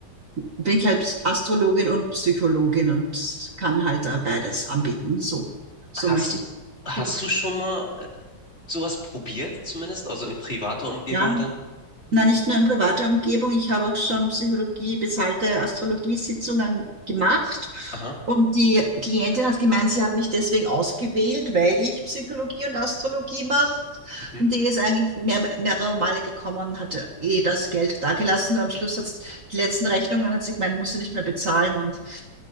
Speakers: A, on the right; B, on the left.
A: bin ich halt Astrologin und Psychologin und kann halt da beides anbieten. So, so
B: Hast,
A: möchte ich
B: hast
A: beruflich.
B: du schon mal äh, sowas probiert, zumindest? Also in privater Umgebung
A: Ja,
B: dann?
A: na, nicht nur in privater Umgebung. Ich habe auch schon Psychologie, bezahlte Astrologiesitzungen gemacht.
B: Aha.
A: Und die Klientin hat gemeint, sie hat mich deswegen ausgewählt, weil ich Psychologie und Astrologie mache.
B: Mhm.
A: Und die ist eigentlich mehr, mehrere Male gekommen und hat eh das Geld dagelassen. Und am Schluss hat die letzten Rechnungen, hat sie gemeint, muss sie nicht mehr bezahlen. Und